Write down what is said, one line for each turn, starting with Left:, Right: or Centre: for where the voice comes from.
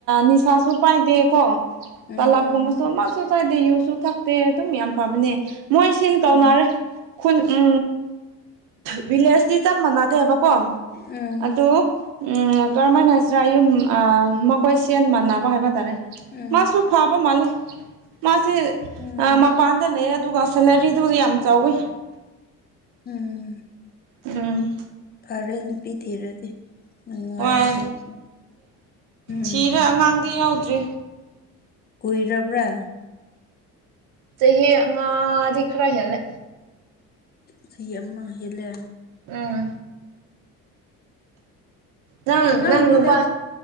Right: ꯅꯤꯁꯥꯁꯨ ꯄꯥꯏꯗꯦꯀꯣ
Left: ꯎꯝ
Right: ꯇꯂꯥꯞꯀꯨꯝꯕꯁꯨ ꯑꯃꯁꯁꯨ ꯆꯥꯏꯗꯦ ꯌꯨꯁꯨ ꯊꯛꯇꯦ ꯑꯗꯨꯝ ꯌꯥꯝ ꯐꯕꯅꯦ ꯃꯣꯏ ꯁꯤꯟ ꯀꯧꯅꯔꯦ
Left: ꯎꯝ
Right: ꯈꯨꯟ ꯎ ꯚꯤꯂꯦꯖ ꯆꯞ ꯃꯅꯥꯗ ꯍꯥꯏꯕ ꯀꯣ
Left: ꯎꯝ
Right: ꯑꯗꯨ ꯎꯝ ꯀꯔꯝꯍꯥꯏꯅ ꯍꯥꯏꯁꯤꯔꯥ ꯑꯌꯨꯝ ꯑ ꯃꯈꯣꯏ ꯁꯦꯟ ꯃꯥꯟꯅꯕ ꯍꯥꯏꯕ ꯇꯥꯔꯦ
Left: ꯎꯝ
Right: ꯃꯥꯁꯨ ꯐꯥꯕ ꯃꯥꯜꯂꯦ ꯃꯥꯁꯦ
Left: ꯎꯝ
Right: ꯃꯄꯥꯟꯗ ꯂꯩ ꯑꯗꯨꯒ ꯁꯦꯂꯔꯤꯗꯨꯁꯨ ꯌꯥꯝ ꯆꯥꯎꯋꯤ
Left: ꯎꯝ
Right: ꯎꯝ
Left: ꯐꯔꯦ ꯅꯨꯄꯤ ꯊꯤꯔꯗꯤ ꯅꯨꯡꯉꯥꯏꯅ
Right: ꯍꯣꯏ
Left: ꯂꯩꯁꯤ ꯎꯝ
Right: ꯊꯤꯔꯦ ꯑꯉꯥꯡꯗꯤ ꯌꯥꯎꯗ꯭ꯔꯤ
Left: ꯀꯨꯏꯔꯔꯕ꯭ꯔꯥ
Right: ꯆꯍꯤ ꯑꯉꯥꯗꯤ ꯈ꯭ꯔꯍꯤꯂꯦ
Left: ꯆꯍꯤ ꯑꯃ ꯍꯦꯜꯂꯦ
Right: ꯎꯝ ꯅꯪ
Left: ꯑꯉꯥꯡꯅꯤꯗ
Right: ꯅꯪꯕ